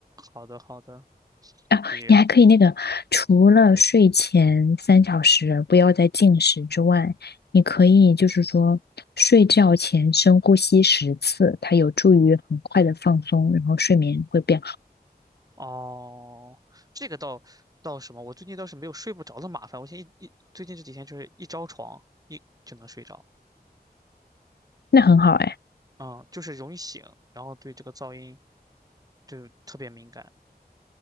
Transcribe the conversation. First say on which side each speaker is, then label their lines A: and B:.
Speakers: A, on the right; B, on the left.
A: 好的好的，
B: 啊，
A: 行。
B: 你还可以那个，除了睡前三小时不要再进食之外，你可以就是说睡觉前深呼吸十次，它有助于很快的放松，然后睡眠会变好，
A: 哦，这个倒倒什么？我最近倒是没有睡不着的麻烦。我现在一一最近这几天就是一着床一就能睡着，
B: 那很好哎。
A: 嗯，就是容易醒，然后对这个噪音就特别敏感。